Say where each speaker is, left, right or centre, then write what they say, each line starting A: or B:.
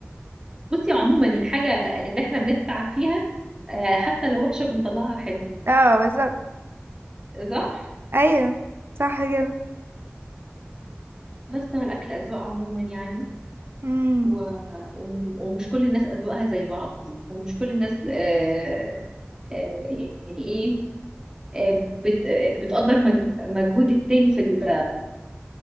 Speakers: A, on the right; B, on the right.
A: بصي عموما الحاجه اللي احنا بنتعب فيها آه، حتى لو وحشه بنطلعها حلوه
B: اه بالظبط
A: صح
B: ايوه صح كده
A: بس هو الاكل اذواق عموما يعني
B: امم
A: و... وم- ومش كل الناس اذواقها زي بعض ومش كل الناس آه، آه، يعني ايه آه، بت... آه، بتقدر مج- مجهود التاني في ال...